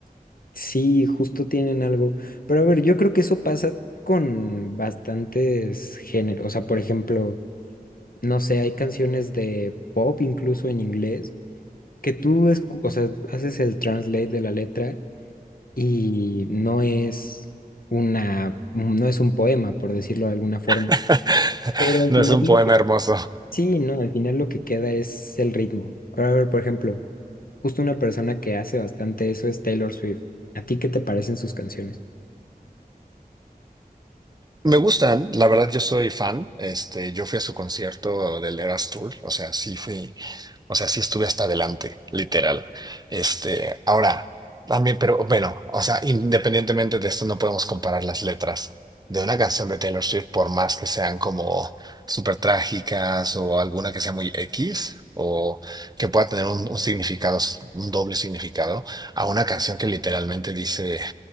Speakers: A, on the left (about 65°); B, on the right (about 25°).
A: Sí, justo tienen algo. Pero a ver, yo creo que eso pasa con bastantes géneros. O sea, por ejemplo... no sé, hay canciones de pop incluso en inglés que tú, escu- o sea, haces el translate de la letra y no es una, no es un poema, por decirlo de alguna forma.
B: <laughs>
A: Pero al
B: No
A: final
B: es un
A: lo
B: poema
A: que...
B: hermoso.
A: Sí, no, al final lo que queda es el ritmo. Ahora, a ver, por ejemplo, justo una persona que hace bastante eso es Taylor Swift. ¿A ti qué te parecen sus canciones?
B: Me gustan, la verdad yo soy fan. Este, yo fui a su concierto del Eras Tour, o sea, sí fui O sea, sí estuve hasta adelante, literal. Este, ahora, también, pero bueno, o sea, independientemente de esto, no podemos comparar las letras de una canción de Taylor Swift, por más que sean como súper trágicas o alguna que sea muy X o que pueda tener un, un significado, un doble significado, a una canción que literalmente dice,